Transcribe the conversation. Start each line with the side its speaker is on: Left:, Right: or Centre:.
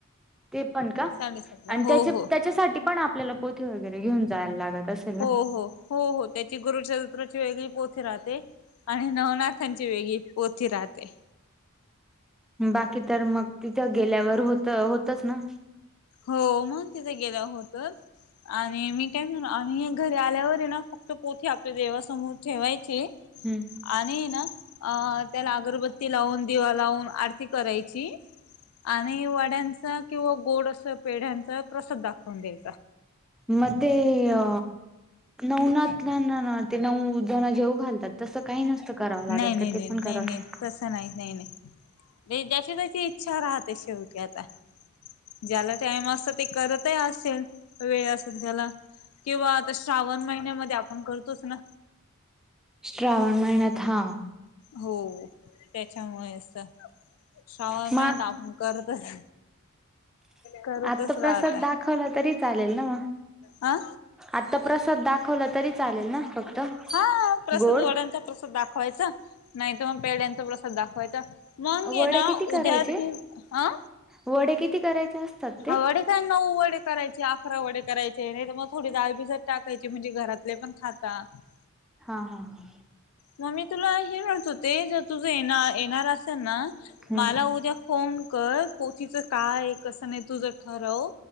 Centre: ते पण का
Left: साडेसातला
Centre: आणि
Left: हो
Centre: त्या
Left: हो
Centre: त्याच्यासाठी पण आपल्याला पोथी वगैरे घेऊन जायला लागत अस
Left: हो, हो, हो, हो त्याची गुरुचरित्राची वेगळी पोथी राहते. आणि नवनाथांची वेगळी पोथी राहते.
Centre: बाकी तर मग तिथं गेल्यावर होत होतच ना.
Left: हो मग तिथे गेल्यावर होत. आणि मी काय म्हण आणि घरी आल्यावर आहे ना फक्त पोथी आपल्या देवासमोर ठेवायची
Centre: हम्म.
Left: आणि ना अ त्याला अगरबत्ती लावून, दिवा लावून आरती करायची आणि वाड्यांचा किंवा गोड अस पेढ्यांचा प्रसाद दाखवून द्यायचा.
Centre: मे अ... नवनात ना ना ना ते नऊ जण जेव घालतात तसं काही नसत. करावं लागत
Left: नाही नाही
Centre: का
Left: नाही
Centre: ते पण
Left: नाही
Centre: करावं
Left: नाही
Centre: लागत.
Left: तसं नाही नाही ज्याची त्याची इच्छा राहते शेवटी आता. ज्याला टाइम असत ते करतही असेल वेळ असेल त्याला. किंवा आता श्रावण महिन्यामध्ये आपण करतोच ना.
Centre: श्रावण महिन्यात हा.
Left: हो त्याच्यामुळे त. श्रावण
Centre: मग
Left: महिन्यात आपून करतच. करतच
Centre: आता
Left: राहता
Centre: प्रसाद दाखवला तरी चालेल ना मग?
Left: ह
Centre: आता प्रसाद दाखवला तरी चालेल ना फक्त?
Left: हा प्रसाद
Centre: गोड
Left: वड्यांचा प्रसाद दाखवायचा नाहीतर मग पेड्यांचा प्रसाद दाखवायचा. मग हाय
Centre: वडे
Left: ना
Centre: किती करायचे
Left: उद्या तू हं
Centre: वडे किती करायचे असतात ते?
Left: वडे नऊ वडे करायचे, अकरा वडे करायचे नाही तर मग थोडी डाळ भिजात टाकायची म्हणजे घरातले पण खातात. हम् <inaudible>
Centre: हा हा ह.
Left: म मी तुला हे म्हणत होते जर तुझं येणार येणार असेल ना
Centre: हम्म
Left: मला उद्या फोन कर पोथीचं काय कसं नाही तुझं ठरव